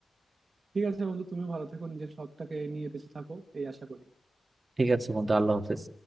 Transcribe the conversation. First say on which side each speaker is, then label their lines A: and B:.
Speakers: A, on the right; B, on the right.
A: ঠিক আছে বন্ধু তুমি ভালো থেকো নিজের শখটাকে নিয়ে বেঁচে থাকো এই আশা করি
B: ঠিক আছে বন্ধু আল্লাহ হাফেজ